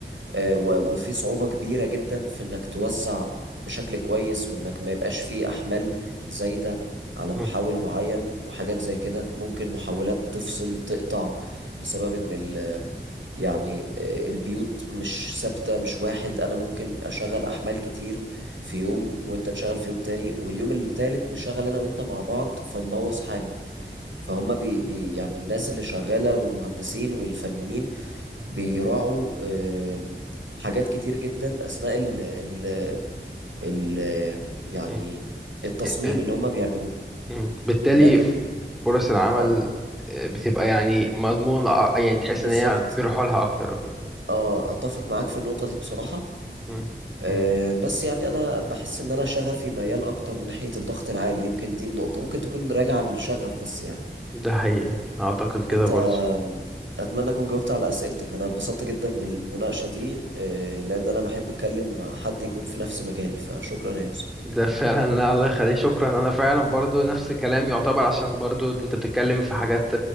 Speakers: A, on the right; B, in the centre.
A: آه، و- وفي صعوبة كبيرة جدا في انك توزع بشكل كويس وانك ما يبقاش فيه احمال زايدة على محول
B: م-
A: معين وحاجات زي كده ممكن محولات تفصل تقطع بسبب ان ال يعني آه، البيوت مش ثابتة مش واحد انا ممكن اشغل احمال كتير في يوم وانت تشغل في يوم تاني واليوم التالت نشغل انا وانت مع بعض فنبوظ حاجة فهم بي بي يعني الناس اللي شغالة والمهندسين والفنيين بيراعوا آم، حاجات كتير جدا أثناء ال ال ال يعني
B: م-
A: التصميم
B: آه،
A: اللي هما بيعملوه
B: م. بالتالي
A: لكن
B: ف- فرص العمل
A: اه
B: آه، بتبقى يعني مضمون يعني تحس
A: بالظبط
B: ان هي بيروحوا لها اكتر اوكي
A: اه أتفق معاك في النقطة دي بصراحة
B: م-
A: آم،
B: م.
A: بس يعني أنا بحس إن أنا شغفي ميال أكتر ناحية الضغط العالي يمكن دي النقطة ممكن تكون راجعة للشغف بس يعني
B: ده حقيقي اعتقد كده
A: أنت
B: برضو
A: آم، أتمنى أكون جاوبت على أسئلتك أنا اتبسطت جدا بالمناقشة دي آه، لأن أنا بحب أتكلم مع حد يكون في نفس مجالي فشكرا يا يوسف
B: ده فعلا لا الله يخليك شكرا انا فعلا برضو نفس الكلام يعتبر عشان برضو انت بتتكلم في حاجات